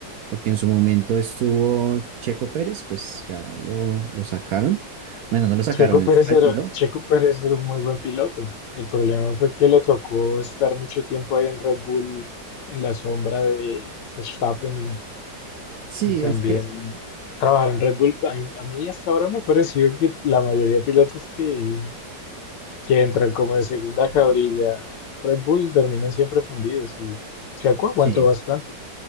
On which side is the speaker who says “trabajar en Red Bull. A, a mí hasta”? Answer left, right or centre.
Left